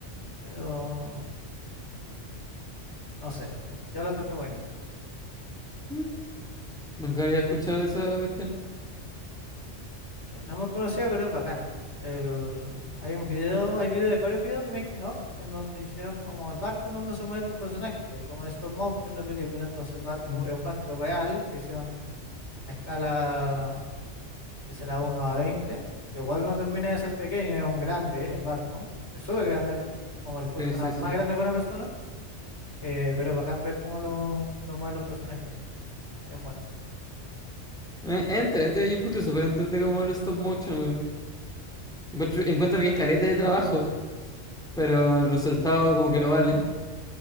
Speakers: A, on the left; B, in the centre.
A: pero no sé, yo, yo la encuentro buenísima.
B: Mm, Nunca había escuchado esa cuestión.
A: Sí, No me conocía, pero es bacán. El, hay un video, hay video, hay varios videos de Making of en donde hicieron como el barco en donde se mueren estos personajes, pues y como es stop motion la película, entonces el barco
B: Mm,
A: es un barco real que hicieron a escala que será uno a veinte que igual no termina de ser pequeño, es un grande el barco, es súper grande, como el porte
B: Sí,
A: de una,
B: sí,
A: más
B: sí.
A: grande que una persona, eh, pero es bacán ver cómo lo, lo mueven los personajes. Bien bueno,
B: Eh, Entrete, yo encuentro súper entrete como el stop motion. Encuentro, encuentro que es caleta de trabajo, pero el resultado como que lo vale.